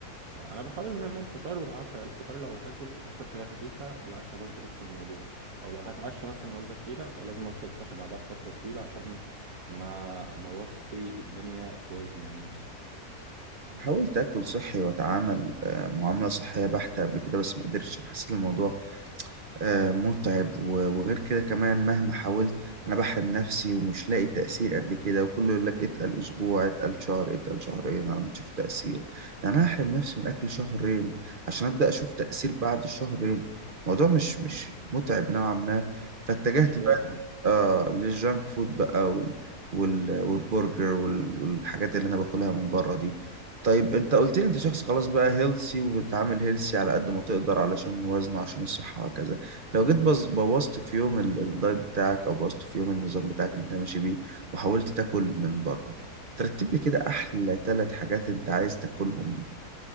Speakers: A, on the right; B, on the right.
A: فأنا بحاول إن أنا الفطار والعشاء الفطار لو هاكل هاكل حاجة خفيفة والعشاء برضو نفس الموضوع أو لو هتعشى مثلا وجبة تقيلة فلازم أفضل صاحي بعدها بفترة طويلة عشان ما بوصي الدنيا في وزني عامة
B: حاولت اكل صحي واتعامل آه، معامله صحيه بحته قبل كده بس ما قدرتش أنا حسيت الموضوع آه، متعب و- وغير كده كمان مهما حاولت انا بحرم نفسي ومش لاقي تأثير قد كده وكله يقول لك اتقل اسبوع اتقل شهر اتقل شهرين على ما تشوف تأثير يعني انا احرم نفسي من اكل شهرين عشان ابدأ اشوف تأثير بعد الشهرين الموضوع مش مش متعب نوعا ما فاتجهت
A: مش جايب
B: بقى
A: هم
B: آه للجانك فود بقى وال وال والبرجر وال والحاجات اللي انا باكلها من بره دي طيب انت قلت لي انت شخص خلاص بقى هيلسي وبتتعامل هيلسي على قد ما تقدر علشان وزنه عشان الصحة وكذا لو جيت بز- بوظت في يوم ال- الدايت بتاعك او بوظت في يوم النظام بتاعك اللي انت ماشي بيه وحاولت تاكل من بره ترتب لي كده احلى ثلاث حاجات انت عايز تاكلهم